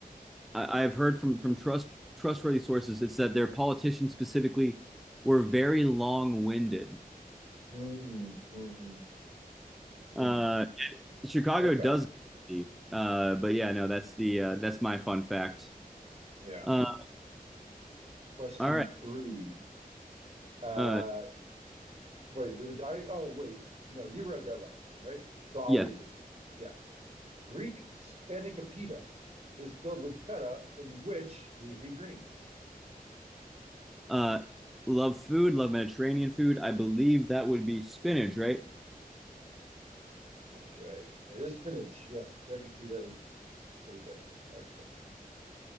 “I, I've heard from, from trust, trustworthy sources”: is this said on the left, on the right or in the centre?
Centre